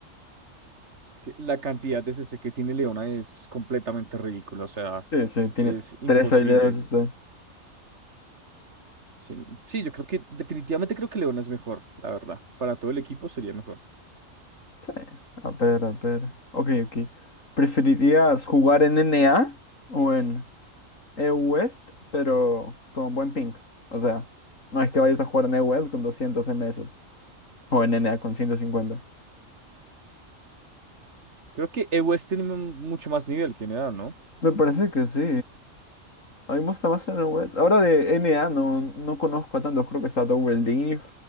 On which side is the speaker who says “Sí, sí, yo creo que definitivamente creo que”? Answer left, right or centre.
Right